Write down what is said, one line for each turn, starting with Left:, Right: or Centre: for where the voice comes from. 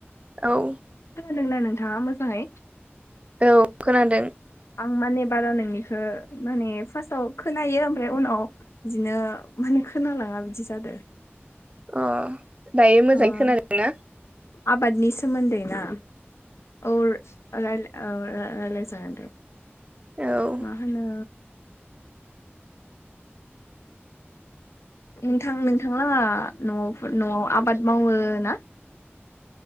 Right: औ
Left: खोनादोंना नोंथाङा मोजाङै
Right: औ खोनादों
Left: आं माने बारा नोंनिखो माने फार्स्टआव खोनायो ओमफ्राय उनाव बिदिनो माने खोनालाङा बिदि जादों
Right: अ दायो मोजाङै
Left: ओ
Right: खोनादों ना?
Left: आबादनि सोमोन्दै ना औ रायलाय ओ रायलाय जागोन दे
Right: औ
Left: मा होनो नोंथां नोंथांला न'आवफोर न'आव आबाद मावो ना?